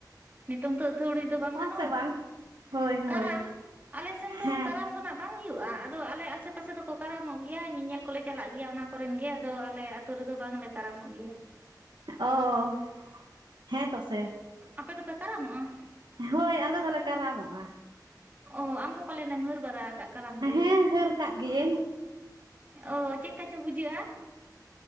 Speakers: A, on the right; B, on the right.
A: ᱱᱤᱛᱚᱝ ᱛᱚ, ᱟᱹᱛᱷᱟᱹᱣᱲᱤ ᱫᱚ, ᱵᱟᱝ ᱜᱟᱱᱚᱜᱼᱟ
B: ᱥᱮ ᱵᱟᱝ
A: ᱾
B: ᱦᱳᱭ ᱦᱳᱭ
A: ᱠᱟᱨᱟᱢ ᱾ ᱟᱞᱮ ᱥᱮᱱ ᱫᱚ,
B: ᱦᱮᱸ
A: ᱠᱟᱨᱟᱢ ᱫᱚ ᱱᱷᱟᱜ ᱵᱟᱝ ᱦᱩᱭᱩᱜᱼᱟ ᱾ ᱟᱫᱚ, ᱟᱞᱮ ᱟᱥᱮ ᱯᱟᱥᱮ ᱫᱚ ᱠᱚ, ᱠᱟᱨᱟᱢᱚᱜ ᱜᱮᱭᱟ ᱾ ᱧᱮᱧᱮᱞ ᱠᱚᱞᱮ, ᱪᱟᱞᱟᱜ ᱜᱮᱭᱟ ᱾ ᱚᱱᱟ ᱠᱚᱨᱮᱱ ᱜᱮ, ᱟᱫᱚ ᱟᱞᱮ ᱟᱛᱳ ᱨᱮᱫᱚ, ᱵᱟᱝ ᱞᱮ ᱠᱟᱨᱟᱢᱚᱜ ᱜᱮᱭᱟ ᱾
B: ᱚᱻ ᱦᱮᱸ, ᱛᱚ ᱥᱮ ᱾
A: ᱟᱯᱮ ᱫᱚᱯᱮ, ᱠᱟᱨᱟᱢᱚᱜᱼᱟ?
B: ᱦᱳᱭ! ᱟᱞᱮ ᱫᱚ ᱞᱮ, ᱠᱟᱨᱟᱢᱚᱜᱼᱟ ᱾
A: ᱚᱼ ᱟᱢ ᱦᱚᱸ ᱯᱟᱞᱮᱱ ᱮᱢ, ᱦᱟᱹᱨ ᱵᱟᱲᱟ ᱟᱠᱟᱫᱼᱟ, ᱠᱟᱱᱟᱢ ᱠᱚ?
B: ᱦᱮᱸ ᱦᱟᱹᱨ ᱠᱟᱜ ᱜᱤᱭᱟᱹᱧ
A: ᱚᱻ ᱪᱮᱫ ᱞᱮᱠᱟ ᱪᱚ, ᱵᱩᱡᱷᱟᱹᱜᱼᱟ?